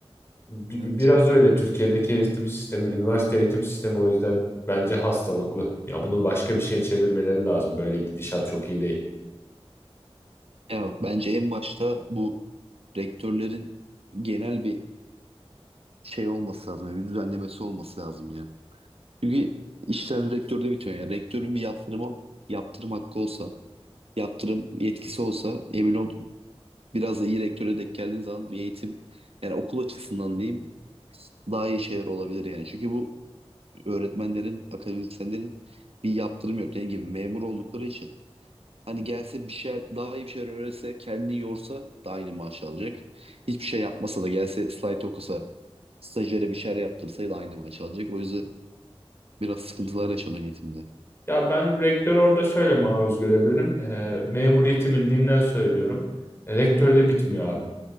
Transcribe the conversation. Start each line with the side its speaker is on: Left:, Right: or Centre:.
Left: Bi-
Right: Evet.
Left: bi- Biraz öyle Türkiye'deki eğitim sistemi, üniversite eğitim sistemi o yüzden bence hastalıklı. Ya bunu başka bir şeye çevirmeleri lazım. Böyle gidişat çok iyi değil.
Right: Ya bence en başta bu rektörlerin genel bir şey olması lazım. Yani bir düzenlemesi olması lazım ya. Çünkü işler rektörde bitiyor. Yani rektörün bir yaptırımı, yaptırım hakkı olsa, yaptırım yetkisi olsa emin ol biraz da iyi rektöre denk geldiğin zaman bir eğitim yani okul açısından diyeyim daha iyi şeyler olabilir yani. Çünkü bu öğretmenlerin, akademisyenlerin bir yaptırım yok. Dediğim gibi memur oldukları için. Hani gelse bir şeyler daha iyi bir şeyler öğretse kendini yorsa da aynı maaş alacak. Hiçbir şey yapmasa da gelse slide okusa stajyere bir şeyler yaptırsa da aynı maaş alacak. O yüzden biraz sıkıntılar yaşanıyor eğitimde.
Left: Ya ben rektörü orada şöyle maruz görebilirim. Ee, memuriyeti bildiğimden söylüyorum. E, rektör de bitmiyor abi.